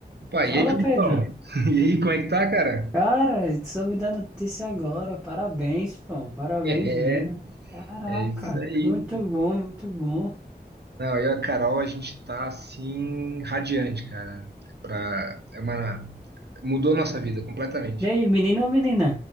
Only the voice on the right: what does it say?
Opa,
e aí, Felipão?
<laughs> E aí, como é que tá, cara?
É,
é isso aí.
Não, eu e a Carol, a gente tá assim, radiante, cara. Pra, é uma, mudou nossa vida completamente.